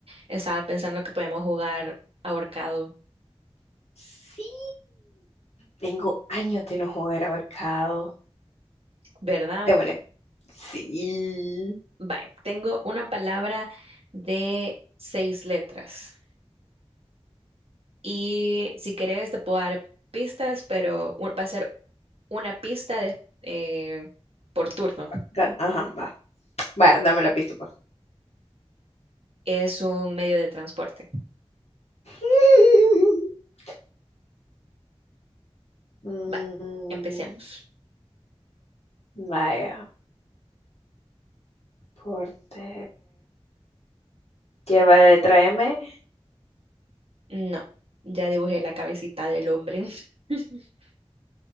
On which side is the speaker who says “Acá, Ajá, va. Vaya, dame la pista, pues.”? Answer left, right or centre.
Left